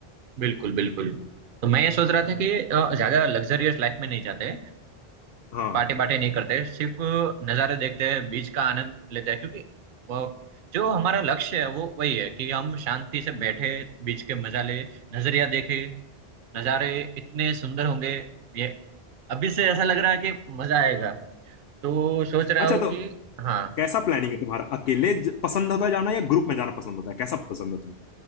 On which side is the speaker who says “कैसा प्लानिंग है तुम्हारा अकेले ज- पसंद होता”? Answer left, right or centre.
Left